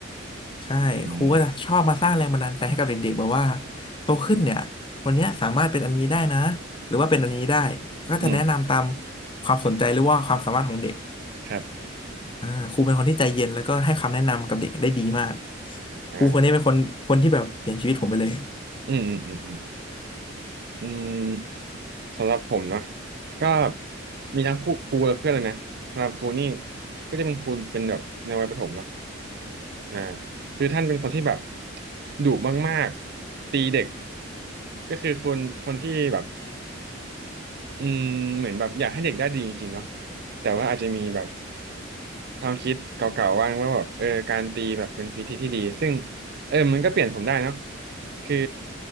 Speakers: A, on the left; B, on the right.
A: ใช่ครูก็จะชอบมาสร้างแรงบันดาลใจให้กับเด็กๆแบบว่า
B: อืม
A: โตขึ้นเนี่ยวันเนี้ยสามารถเป็นอันนี้ได้นะหรือว่าเป็นอันนี้ได้ก็จะแนะนำตาม
B: อืม
A: ความสนใจหรือว่าความสามารถของเด็ก
B: ครับ
A: อ่าครูเป็นคนที่ใจเย็นแล้วก็ให้คำแนะนำกับเด็กได้ดีมาก
B: อ่า
A: ครูคนนี้เป็นคนคนที่แบบเปลี่ยนชีวิตผมไปเลย
B: อืมอืมอืมอืมอืมสำหรับผมเนาะก็มีทั้งครูครูและเพื่อนเลยนะสำหรับครูนี่ก็จะเป็นครูเป็นแบบในวัยประถมเนาะ อ่าคือท่านเป็นคนที่แบบดุมากๆตีเด็กก็คือคนคนที่แบบอืมเหมือนแบบอยากให้เด็กได้ดีจริงๆเนาะแต่ว่าอาจจะมีแบบ ความคิดเก่าๆบ้างว่าแบบเออการตีแบบเป็นวิธีที่ดีซึ่งเออมันก็เปลี่ยนผมได้เนอะคือ